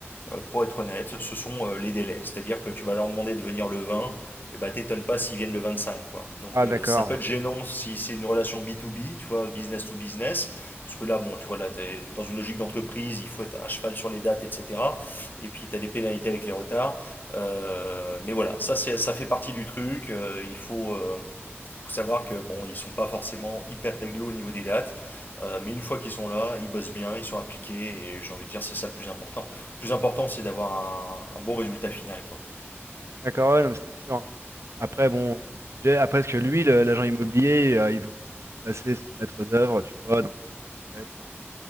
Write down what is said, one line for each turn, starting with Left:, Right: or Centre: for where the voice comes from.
Left: euh, pour être honnête, ce sont euh, les délais. C'est-à-dire que tu vas leur demander de venir le 20, et bah t'étonnes pas s'ils viennent le 25. Quoi. Donc
Right: Ah
Left: euh,
Right: d'accord.
Left: ça peut être gênant si c'est une relation B2B, tu vois, business to business. Parce que là, bon, tu vois, là, es dans une logique d'entreprise, il faut être à cheval sur les dates, etc. Et puis, tu as des pénalités avec les retards. Euh, mais voilà, ça, c'est, ça fait partie du truc. Euh, il faut, euh, faut savoir que bon, ils sont pas forcément hyper réglo au niveau des dates, euh, mais une fois qu'ils sont là, ils bossent bien, ils sont appliqués, et j'ai envie de dire c'est ça le plus important. Le plus important, c'est d'avoir un, un bon résultat final, quoi.
Right: D'accord, ouais, non, mais c'est sûr. Après, bon, on a le budget. Après, parce que lui, le- l'agent immobilier, euh, il veut nous euh, passer son maître d'œuvre, tu vois. Donc bon, ça peut être. euh,